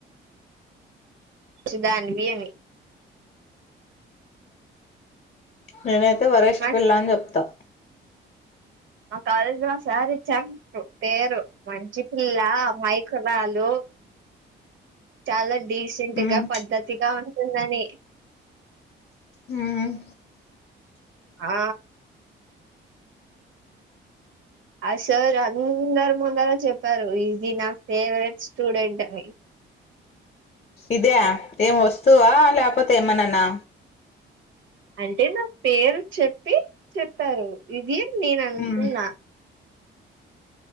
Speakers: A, on the right; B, on the left.
A: సుదాన్వి అని
B: <unintelligible> నువ్ వరష్ట్
A: మా
B: పిల్ల అని చెప్తా.
A: మా కాలేజీ లో ఒకసారి చెం పేరు మంచి పిల్ల అమాయకురాలు చాలా డీసెంట్
B: మ్మ్
A: గా, పద్దతిగా ఉ ఉన్నానే
B: ఉమ్
A: ఆ ఆ సార్ అందరు ముందర చెప్పారు ఇది నా ఫేవరెట్ స్టూడెంట్ అని.
B: ఇదే ఏం వస్తువా లేకపోతే ఏమన్నాన్నా
A: అంటే నా పేరు చెప్పి చెప్పారు ఇది నేను అంటున్న
B: మ్మ్